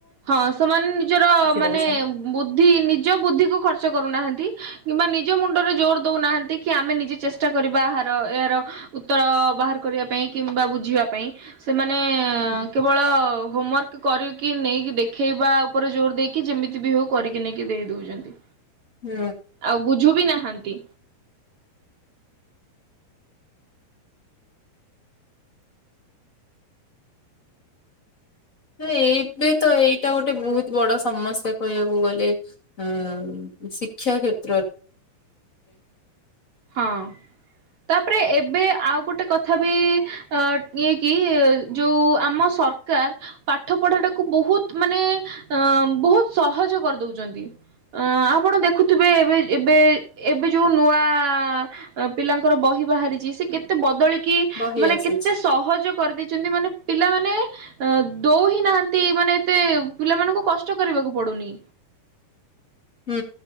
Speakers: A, on the right; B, on the left.
A: ହଁ ସେମାନେ ନିଜର ମାନେ
B: ଦଉଛନ୍ତି।
A: ବୁଦ୍ଧି, ନିଜ ବୁଦ୍ଧିକୁୁ ଖର୍ଚ୍ଚ କରୁନାହାନ୍ତି କିମ୍ବା ନିଜ ମୁଣ୍ଡରେ ଜୋର ଦଉନାହାନ୍ତି। କି ଆମେ ନିଜେ ଚେଷ୍ଟା କରିବା। ହା ଏହାର ଉତ୍ତର ବାହାର କରିବା ପାଇଁ କିମ୍ବା ବୁଝିବା ପାଇଁ ସେମାନେ
B: ହୁଁ
A: କେବ ଳ ହୋମୱାର୍କ କରିକି ନେଇକି ଦେଖେଇବା ଉପରେ ଜୋର ଦେଇକି ଯେମିତି ବି ହଉ କରିକି ନେଇକି ଦେଇ ଦେଉଚନ୍ତି।
B: ହୁଁ।
A: ଆଉ ବୁଝୁ ବିି ନାହାନ୍ତି।
B: ଏବେ ତ ଏଇଟା ଗୋଟେ ବହୁତ ବଡ ସମସ୍ୟା କହିବାକୁ ଗଲେ। ଆଁ ଶିକ୍ଷା କ୍ଷେତ୍ରରେ
A: ହଁ। ତାପରେ ଏବେ ଆଉ ଗୋଟେ କଥା ବି ଅ ନେଇକି ଯୋଉ ଆମ ସର ସରକାର ପାଠ ପଢାଟାକୁ ବହୁତ ମାନେ ଅ ବହୁତ ସହଜ କରିଦଉଚନ୍ତି। ଆ ଆପଣ ଦେଖୁଥିବେ ଏବେ ଏବେ ଏବେ ଯୋଉ ନୂଆ ଆ ପିଲାଙ୍କର ବହି ବାହାରିଛି, ସେ କେତେ ବଦଳିକି
B: ବହି
A: ମାନେ
B: ଆସିଛି।
A: କେତେ ସହଜ କରିଦେଇଛନ୍ତି। ମାନେ ପିଲାମାନେ ଅ ଦଉ ହିଁ ନାହାନ୍ତି ମାନେ ଏତେ ପିଲାମାନଙ୍କୁ କଷ୍ଟ କରିବାକୁ ପଡୁନି।
B: ହୁଁ।